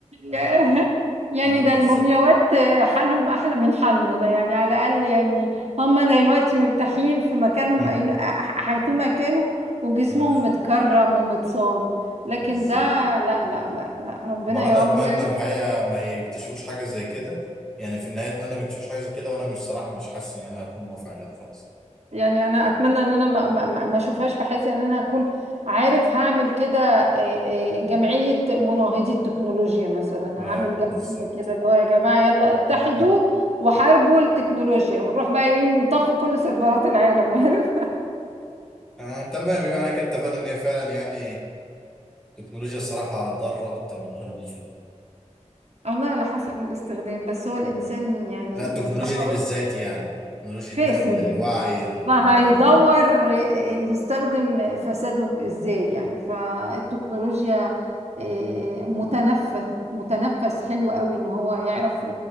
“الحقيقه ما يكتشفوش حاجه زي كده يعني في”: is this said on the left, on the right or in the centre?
Centre